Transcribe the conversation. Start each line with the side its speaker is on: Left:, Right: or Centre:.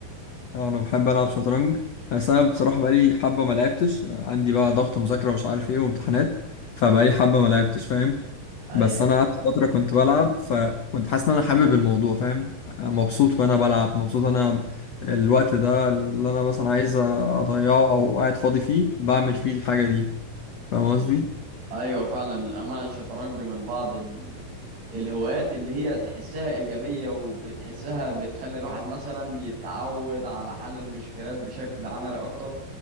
Left: انا بحب العب شطرنج بس انا بصراحه بقالي حبه ما لعبتش عندي بقى ضغط مذاكره ومش عارف ايه وامتحانات فبقالي حبه ما لعبتش فاهم
Right: اي
Left: بس انا قعدت فتره كنت بلعب فكنت حاسس ان انا حابب الموضوع فاهم مبسوط وانا بلعب مبسوط انا الوقت ده اللي انا مثلا عايز اضيعه او قاعد فاضي فيه بعمل فيه الحاجه دي فاهم قصدي
Right: لل- ايوه فعلا للامانه الشطرنج من بعض الهوايات اللي هي تحسها إيجابية وبتحسها بتخلي الواحد مثلا يتعود على حل المشكلات بشكل عملي أكتر